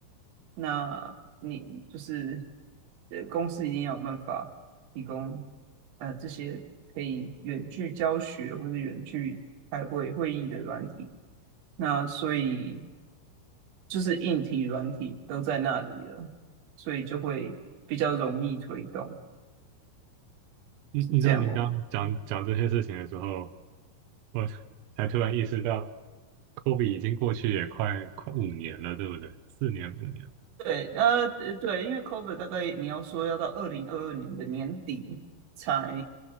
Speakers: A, on the right; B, on the right.
A: 那你就是呃，公司一定要有办法提供呃这些可以远距教学或者远距开会会议的软体。那所以就是硬体、软体都在那里了，所以就会比较容易推动，
B: 你你知道你刚刚讲讲这些事情的时候。
A: 是这样的。嗯，
B: 我才突然意识到科比已经过去也快快五年了，对不对？四年五年了，
A: <laughs> 对，呃，呃对，因为 COVID 大概你要说要到二零二二年的年底才